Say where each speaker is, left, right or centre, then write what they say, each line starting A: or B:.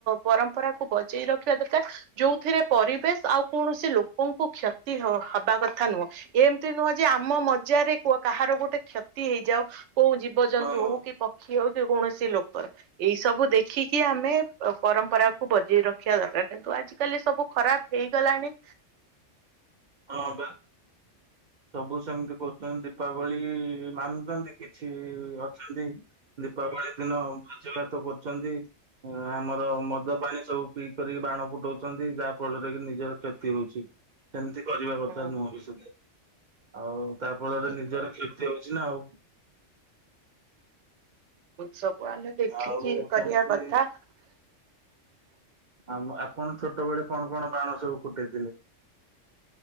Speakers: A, on the right; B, on the right.
A: ପରମ୍ପରା କୁ ବଜେଇ ରଖିବା ଦରକାର ଯୋଉଥିରେ ପରିବେଶ ଆଉ କୌଣସି ଲୋକଙ୍କୁ କ୍ଷତି ହବା କଥା ନୁହଁ ଏମିତି ନୁହଁ ଯେ ଆମ ମଜାରେ କାହାର ଗୋଟେ କ୍ଷତି ହେଇଯାଉ। କୋଉ ଜୀବଜନ୍ତୁ
B: ହଁ ହଁ
A: ହୋଉ କି ପକ୍ଷୀ ହୋଉ ସେ କୋୖଣସି ସେ ଲୋକର ଏଇ ସବୁ ଦେଖିକି ଆମେ ପରମ୍ପରାକୁୁ ବଜେଇ ରଖିବା ଦରକାର କିନ୍ତୁ ଆଜିିକାଲି ସବୁ ଖରାପ ହେଇଗଲାଣି।
B: ହଁ ବା ସବୁ ସେମିତି କରୁଚନ୍ତି ଦୀପାବଳି ମାନୁଚନ୍ତି କିଛି ଅଛନ୍ତି ଦୀପାବଳି ଦିନ ଭୋଜି ଭାତ କରୁଚନ୍ତି ଆମର ମଦ ପାଣି ସବୁ ପିଇ କରିକି ବାଣ ଫୁଟଉଚନ୍ତି ଯାହା ଫଳରେ କି ନିଜର କ୍ଷତି ହଉଚି ସେମିତି କରିବା କଥା
A: ହଁ
B: ନୁହଁ ବି ସୁଧେ ଆଉ ତା ଫଳରେ
A: ଠିକ
B: ନିଜର କ୍ଷତି ଚିନା ଆଉ <inaudible>
A: ସବୁ ଆମେ ଦେଖିକି
B: ଆଉ
A: ଇ କରିବା
B: ସେମିତି
A: କଥା। <inaudible>
B: ଆମ ଆପଣ ଛୋଟ ବେଳେ କଣ କଣ ବାଣ ସବୁ ଫୁଟେଇଥିଲେ?